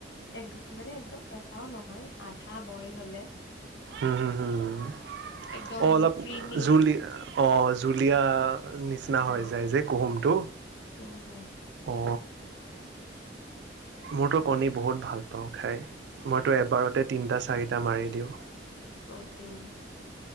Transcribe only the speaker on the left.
এক মানে একদম কেঁচাও নহয় আধা বইল হলে
একদম
ক্ৰিমি
অ
উম হম
প্ৰটিন